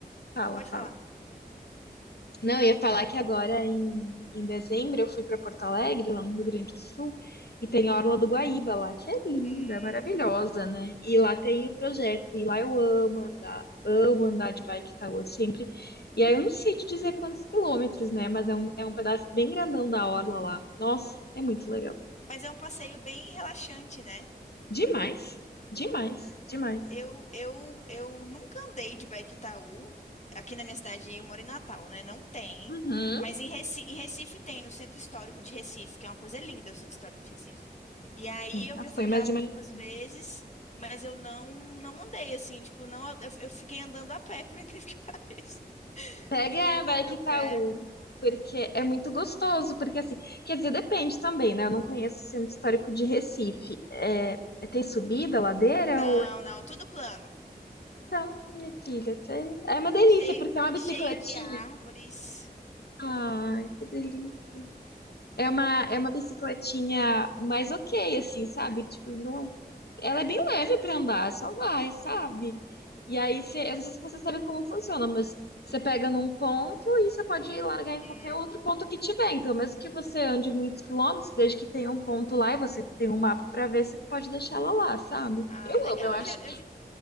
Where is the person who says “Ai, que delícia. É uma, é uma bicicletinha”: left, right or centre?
Left